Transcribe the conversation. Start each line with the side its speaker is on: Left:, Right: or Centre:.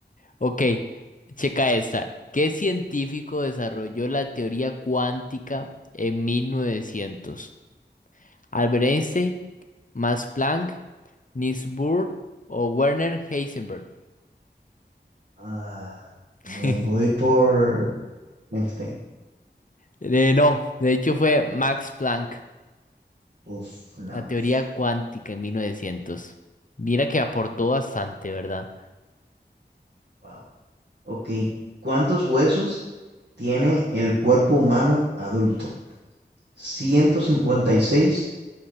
Left: Ok, checa esta. ¿Qué científico desarrolló la teoría cuántica en 1900? ¿Albert Einstein, Max Planck, Niels Bohr o Werner Heisenberg?
Right: Ah,
Left: <laughs>
Right: me voy por Einstein.
Left: Eh, no, de hecho fue Max Planck.
Right: Uf, no,
Left: La
Right: hombre.
Left: teoría cuántica en 1900. Mira que aportó bastante, ¿verdad?
Right: Wow. Ok, ¿cuántos huesos tiene el cuerpo humano adulto? ¿156?